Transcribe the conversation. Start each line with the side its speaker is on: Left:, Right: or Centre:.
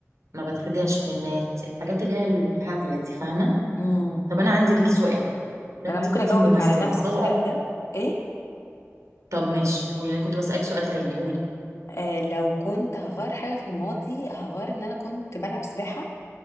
Right: ما بتخدعش في الناس الحاجات اللي هي الهبلة دي فاهمة
Left: امم
Right: طب انا عندي ليكي سؤال اه لو
Left: انا
Right: انت
Left: ممكن
Right: كنت
Left: اجاوبك
Right: ممثله
Left: على نفس
Right: وطلع
Left: السؤال ده ايه
Right: طب ماشي قولي انا كنت بسالك سؤال تاني قولي
Left: آه لو كنت هغير حاجة في الماضي هغير ان انا كنت بلعب سباحة